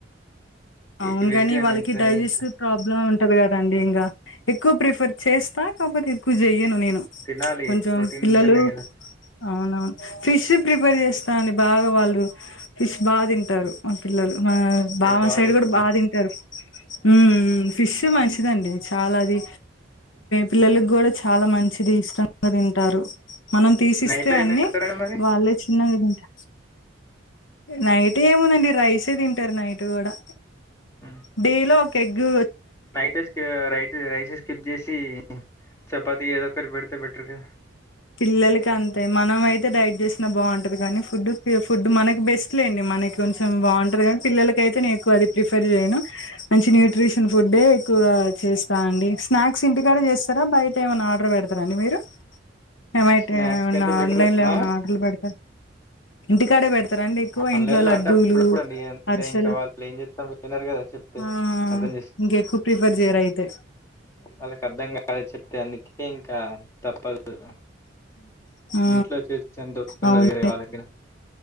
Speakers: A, on the left (about 85°); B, on the left (about 15°).
A: అవును
B: ఈ వెజ్
A: గాని
B: అని
A: వాళ్ళకి
B: ఎంత
A: డైజెస్ట్
B: ఎంత
A: ప్రాబ్లమ్ ఉంటది కదండి ఇంగా ఎక్కువ ప్రిఫర్ చేస్తా కాపోతే ఎక్కువ చెయను నేను
B: తినాలి
A: కొంచెం
B: ప్రోటీన్
A: పిల్లలు
B: ఉంటేనే కదా!
A: అవునవును ఫిష్ ప్రిపేర్ చేస్తాని బాగా వాళ్ళు ఫిష్ బాగా తింటారు. మా పిల్లలు మా
B: ఇటు
A: బావ
B: బాగా
A: సైడ్
B: దొరుకుద్ది.
A: కూడా బాగా తింటారు. ఉఉ ఫిష్ మంచిదండి చాలా అది పిల్లలకి కూడా చాలా మంచిది ఇష్టంగా తింటారు మనం తీసిస్తే
B: నైట్ టైమ్
A: అన్ని
B: ఏం తింటారండి మరి?
A: వాళ్ళే చిన్నగా తి నైట్ ఏముందండి రైసే తింటారు నైట్ కూడా
B: హ్మ్.
A: డేలో ఒక ఎగ్గు
B: నైట్ స్కి రై రైస్ స్కిప్ చేసి చపాతి ది ఏదోక్కటి పెడితే బెట్ర్గా
A: పిల్లలకి అంతే మనం అయితే డైట్ చేసినా బావుంటది కానీ ఫుడ్ ఫుడ్ మనకి బెస్ట్ లేండి. మన కొంచెం బావుంటది కానీ పిల్లలకయితే న ఎక్కువది ప్రిఫర్ చేయను మంచి న్యూట్ర్రిషన్ ఫుడ్ ఎక్కువ చేస్తా అండి స్నాక్స్ ఇంటికాడ చేస్తారా బయట ఏమన్నా ఆర్డర్ పెడ తార అండి మీరు ఎమ
B: స్నాక్స్ కంటే బెటర్
A: ఆన్లైన్ ల ఏమన్నా
B: ఆ
A: ఆర్డర్ పెడ్తా ఇంటికాడే పెడ్ తారండి ఎక్కువ
B: ఆన్లైన్
A: ఇంట్లో
B: లో
A: లడ్డూలు,
B: అంటే అప్పుడప్పుడు అండి అంతే
A: అరిసలు
B: ఇంకా వాళ్ళు ఏం చెప్తాం వినరు కదా చెప్తే
A: ఆ
B: అర్థం
A: ఇంకెక్కువ ప్రిఫెర్ చెయ్యరయితే
B: వాళ్ళకు అర్ధం కాద్ చెప్తే అందుకే ఇంకా తప్పదు.
A: ఆ
B: ఇంట్లో చేసెంత ఓపికఉండదు
A: అవును
B: వాళ్ళ గ్గర